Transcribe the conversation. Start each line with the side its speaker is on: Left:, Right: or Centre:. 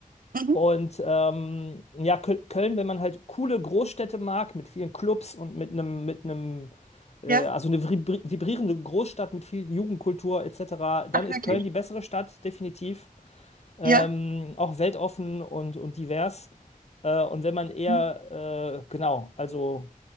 Right: Mhm.
Left: Und ähm, ja, Köl- Köln, wenn man halt coole Großstädte mag, mit vielen Clubs und mit einem, mit einem, äh,
Right: Ja.
Left: also eine vibri- vibrierende Großstadt mit viel Jugendkultur etc., dann
Right: Ach,
Left: ist
Right: wirklich.
Left: Köln die bessere Stadt, definitiv. Ähm,
Right: Ja.
Left: auch weltoffen und, und divers. Äh, und wenn man eher,
Right: Mhm.
Left: äh, genau, also